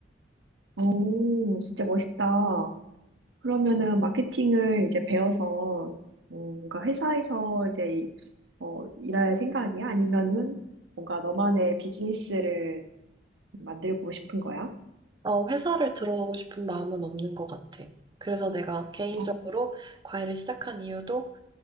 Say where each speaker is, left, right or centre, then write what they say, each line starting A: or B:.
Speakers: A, on the right; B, on the right.
A: 오, 진짜 멋있다. 그러면은 마케팅을 이제 배워서 음, 뭔가 회사에서 이제 이- 어, 일할 생각이야? 아니면은 뭔가 너만의 비즈니스를 만들고 싶은 거야?
B: 어, 회사를 들어가고 싶은 마음은 없는 것 같아. 그래서 내가 개인적으로
A: 어,
B: 과외를 시작한 이유도,